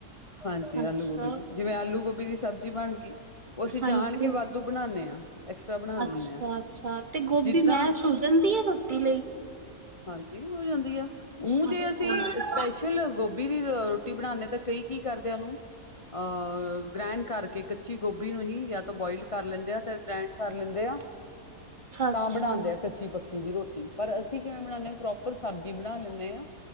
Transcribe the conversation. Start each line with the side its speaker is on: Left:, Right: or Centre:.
Left: ਹਾਂਜੀ
Right: ਅੱਛਾ
Left: ਆਲੂ ਗੋਭੀ ਜਿਵੇਂ ਆਲੂ ਗੋ ਦੀ ਸਬਜ਼ੀ ਬਣ ਉਹ ਅਸੀਂ
Right: ਹਾਂਜੀ
Left: ਜਾਣ ਕੇ ਵਾਧੂ ਬਣਾਨੇ ਆ, ਐਕਸਟਰਾ ਬਣਾ ਲਿੰਦੇ
Right: ਅੱਛਾ
Left: ਹਾਂ
Right: ਅੱਛਾ ਤੇ ਗੋਭੀ
Left: ਜਿੱਦਾਂ
Right: ਮੈਂ ਸੁ ਜਾਂਦੀ ਹੈ ਰੋਟੀ ਲਈ
Left: ਹਾਂਜੀ ਹੋ ਜਾਂਦੀ ਆ ਓ ਜੇ
Right: ਅੱਛਾ ਅੱਛਾ
Left: ਅਸੀਂ ਸਪੈਸ਼ਲ ਗੋਭੀ ਦੀ ਰੋਟੀ ਬਣਾਦੇ ਤਾਂ ਕੀ ਕਰਦੇ ਉਹਨੂੰ ਅਹ ਗ੍ਰੈਂਡ ਕਰਕੇ ਕੱਚੀ ਗੋਭੀ ਨੂੰ ਹੀ ਬੋਇਲ ਕਰ ਲੈਂਦੇ ਆ ਤੇ ਗ੍ਰੈਂਡ ਲੈਂਨੇ ਆ।
Right: ਅੱਛਾ
Left: ਤਾਂ ਬਣਾਦੇ ਆ ਕੱਚੀ ਪ ਕੀਦੀ ਰੋਟੀ ਪਰ ਅਸੀਂ ਕਿਵੇਂ ਬਣਾਦੇ ਐ ਪ੍ਰੋਪਰ ਸਬਜ਼ੀ ਬਣਾ ਲੈਂਨੇ ਆ